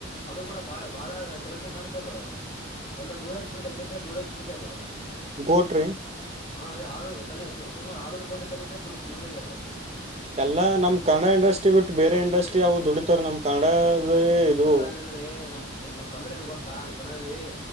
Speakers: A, on the left; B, on the right.
A: ಅದು ಕೂಡ ಬಾಳ ಬಾಳ ಕಲೆಕ್ಷನ್ ಮಾಡ್ತದು. ಎಲ್ಲ ಧೂಳ್ ಎಬ್ಬಿಸಿ ಬಿಡ್ತ ಇಷ್ಟೆ ಧೂಳ್ ಎಬ್ಬಿಸಿಬಿಡ್ತದ್ ಅದು.
B: ಗೋಟ್ ರಿ.
A: ಹಾ ಅದೇ ಆರು ಸು ಸುಮಾರು ಆರುನೂರು ಕೋಟಿ ಸನಿಕ ದುಡ್ದಿದೆ ಅದು.
B: ಎಲ್ಲಾ ನಮ್ ಕನ್ನಡ ಇಂಡಸ್ಟ್ರಿ ಬಿಟ್ಟು ಬೇರೆ ಇಂಡಸ್ಟ್ರಿ ಅವ್ರು ದುಡಿತಾರ, ನಮ್ ಕನ್ನಡದ
A: ನಮ್
B: ಇದು
A: ಕನ್ನಡದಲ್ಲಿ ಅಂದ್ರೆ ನಮ್ ನಮ್ ತೊಂದ್ರೆ ಏನ್ ಗೊತ್ತಾ ನನ್ ಕನ್ನಡದಲ್ಲಿ